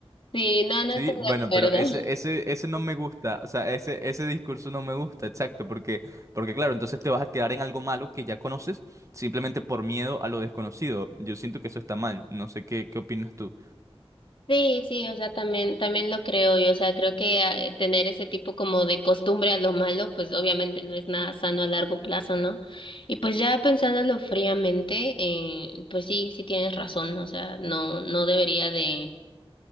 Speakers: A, on the left (about 55°); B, on the right (about 30°).
A: sí, no, no
B: Sí,
A: estoy de
B: bueno, pero
A: acuerdo.
B: ese, ese, ese no me gusta, o sea, ese, ese discurso no me gusta, exacto, porque, porque claro, entonces te vas a quedar en algo malo que ya conoces simplemente por miedo a lo desconocido. Yo siento que eso está mal, no sé qué, qué opinas tú.
A: Sí, sí, o sea, también, también lo creo yo, o sea, creo que ah, eh, tener ese tipo como de costumbre a lo malo, pues obviamente no es nada sano a largo plazo, ¿no? Y pues ya pensándolo fríamente, eh, pues sí, sí tienes razón, o sea, no, no debería de,